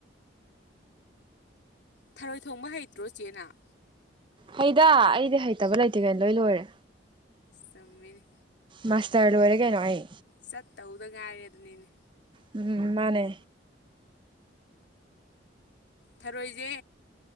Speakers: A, on the left; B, on the right.
A: ꯊꯔꯣꯏ ꯊꯣꯡꯕ ꯍꯩꯇ꯭ꯔꯣ ꯆꯦ ꯅꯪ
B: ꯍꯩꯗ ꯑꯩꯗꯤ ꯍꯩꯇꯕ ꯂꯩꯇꯦ ꯀꯩꯅ ꯂꯣꯏ ꯂꯣꯏꯔꯦ
A: ꯆꯨꯝꯃꯤꯅꯦ
B: ꯃꯥꯁꯇꯔ ꯂꯣꯏꯔꯦ ꯀꯩꯩꯅꯣ ꯑꯩ
A: ꯆꯠꯇꯧꯗ ꯉꯥꯏꯔꯦ ꯗꯨꯅꯤꯅꯦ
B: ꯎꯝ ꯃꯥꯅꯦ
A: ꯊꯔꯣꯏꯁꯦ